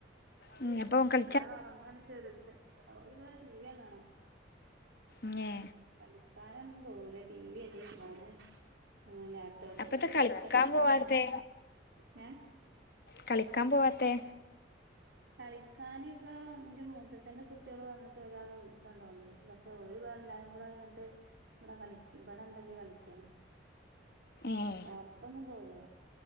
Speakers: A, on the left; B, on the right.
A: ഉം എപ്പ ക
B: ഒരാൾ ഉറങ്ങാണ് ചെറിത്ത് ഓര് ഇവിടെ ടി വി കാണാണ്
A: ങ്ങേ
B: കളിക്കാനൊന്നും പോവില്ല ടി വി അല്ലേ ഫോണ് ലാപ ടോപ്പ്
A: അപ്പത്തെ
B: ഇതൊക്കെ
A: കളിക്കാൻ
B: തന്നെ ആണ്
A: പോവാത്തെ
B: പണി ഹെ
A: കളിക്കാൻ പോവാത്തെ
B: കളി കാന ഇപ്പൊ എന്റെ മൂത്തച്ഛന്റെ കുട്ടികൾ വന്നിട്ട് ഒരാളെ വിളിച്ചുകോണ്ടോണ്ട പക്ഷെ ഒരുപാട്ല്ലാരും കൂടെ എന്നിട്ട് ഇവിടെ കളിക്ക് ഇവിടെ എന്തൊക്കെയൊ കളിക്കാണ്
A: ഏ
B: പേർത്തൊന്നും പോവൂല